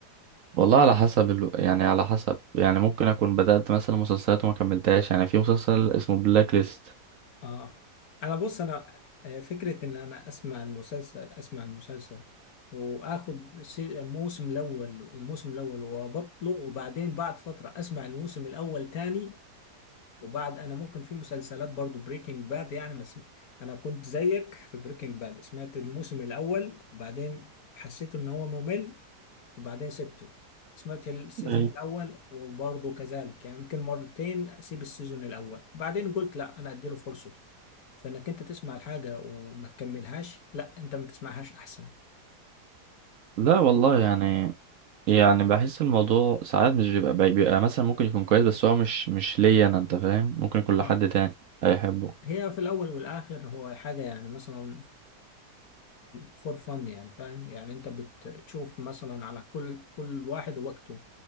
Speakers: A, on the right (about 60°); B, on the left (about 65°).
A: والله على حسب ال... يعني على حسب يعني ممكن اكون بدأت مثلا مسلسلات وما كملتهاش يعني في مسلسل اسمه بلاك ليست
B: اه انا بص انا آه، فكره ان انا اسمع المسلسل اسمع المسلسل واخد سي- الموسم الاول الموسم الاول وابطله وبعدين بعد فتره اسمع الموسم الاول تاني وبعد انا ممكن في مسلسلات برضو بريكنج باد يعني مس... انا كنت زيك في بريكنج باد سمعت الموسم الاول وبعدين حسيت ان هو ممل وبعدين سبته سمعت السيزون
A: ايوه
B: الاول وبرضه كذلك يعني ممكن مرتين اسيب السيزون الاول بعدين قلت لا انا اديله فرصه فانك انت تسمع الحاجه وما تكملهاش لا انت ما تسمعهاش احسن
A: لا والله يعني يعني بحس الموضوع ساعات مش بيبقى بيبقى مثلا ممكن يكون كويس بس هو مش مش ليا انا انت فاهم ممكن يكون لحد
B: اه
A: تاني هيحبه
B: هي في الاول والاخر هو حاجه يعني مثلا فور فن يعني فاهم يعني انت بتشوف مثلا على كل كل واحد وقته